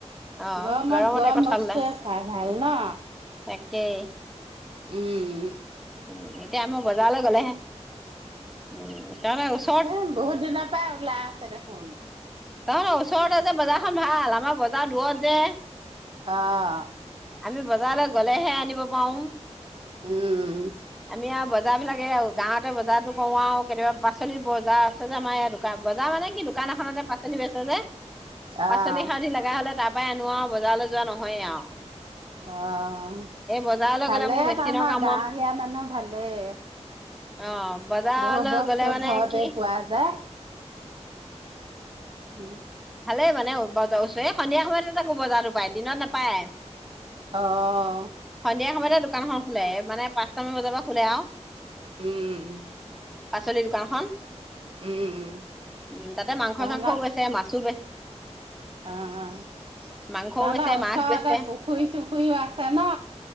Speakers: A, in the centre; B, on the right (about 50°).
A: অ
B: গৰমত
A: গৰমতে
B: গৰম
A: কঁঠাল
B: বস্তুৱে
A: ওলাই
B: খোৱা ভাল ন'?
A: তাকেই।
B: উম, উম, উম
A: উম, এতিয়া আমিও বজাৰলে গ'লেহে উম, তাৰপা ওচ
B: এ বহুত দিনৰ পাই ওলাই আছে দেখোন।
A: তহতৰ ওচৰতে যে বজাৰখন ভাল আমাৰ বজাৰ দূৰত যে।
B: অ',
A: আমি বজাৰলৈ গ'লেহে আনিব পাও।
B: উম, উম,
A: আমি আৰু বজাৰ বিলাক এ আৰু গাঁৱতে বজাৰটো কৰো আৰু কেতিয়াবা পাচঁলি বজাৰ আছে যে আমাৰ ইয়াতো। বজাৰ মানে কি দোকান এখনতে পাচঁলি বেচে যে
B: অ',
A: পাচঁলি সাৰধি লাগা হলে তাপ তাৰ পাই আনো আওঁ বজাৰলৈ যোৱা নহয়ে আওঁ।
B: অ'
A: বজাৰলৈ
B: ভালেই
A: গ'লে মোৰ মেচিনৰ
B: <unintelligible>
A: কামৰ
B: গাঁৱলীয়া মানুহ ভালেই।
A: অ বজাৰলৈ
B: বহুত বস্তু
A: গ'লে মানে
B: ঘৰতে
A: কি
B: পোৱা যায়। উম,
A: ভালে মানে <unintelligible> ওচৰে সন্ধিয়া সময়ত তাকো বজাৰটো পায়, দিনত নেপায়।
B: অ'
A: সন্ধিয়া সময়তে দোকানখন খোলে, মানে পাঁচটামান বজাৰ পৰা খোলে আও
B: উম'
A: পাচলি দোকানখন,
B: উম,
A: উম', তাতে মাংস
B: তহঁতৰ
A: চাংসও বেছে, মা <unintelligible>
B: অ',
A: মাংসও
B: তহঁতৰ
A: বেচে
B: ওচৰতে
A: মাছ বেচে
B: পুখুৰী চুখুৰীও আছে ন